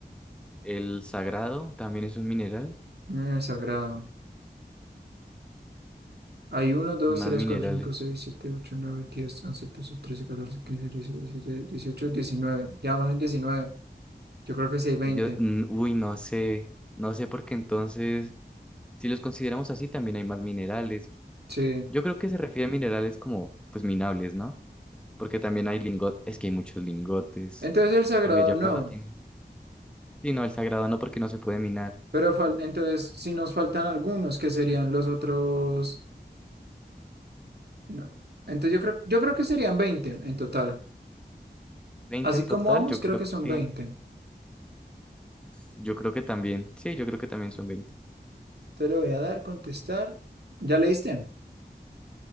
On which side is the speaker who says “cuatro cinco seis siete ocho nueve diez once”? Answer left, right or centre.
Right